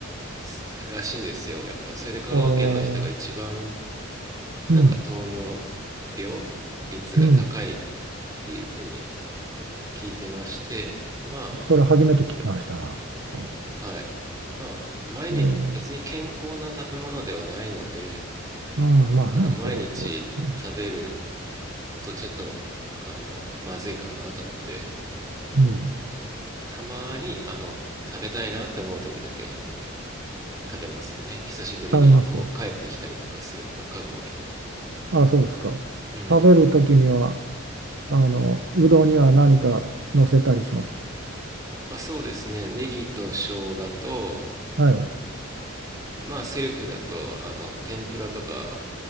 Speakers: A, on the right (about 20°); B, on the right (about 65°).
A: すらしいんですよ。やっぱ、それで香川県の人が一番、
B: おー、
A: なんか糖尿
B: うん、
A: 病率が高いっ
B: うん。
A: ていうふうに聞いてまして、ま
B: それ初めて聞きましたな。はあ
A: あ、はい。まあ、毎日、
B: ええ
A: 別に健康な食べ物ではないので、
B: うん、まあね、
A: あの、毎日食べる
B: それはそうですね。
A: とちょっと、あの、まずいかなと思って、
B: うん、
A: たまに、あの、食べたいなって思う時だけ食べますね。久しぶりに、
B: 食べます。
A: こう、帰ってきたりとかすると、香川県に。
B: あ、そうですか。
A: うん。
B: 食べるときには、あの、うどんには何か乗せたりしますか
A: あ、そうですね。ネギと生姜と、
B: はい。
A: まあ、セルフだと、あの、天ぷらとか、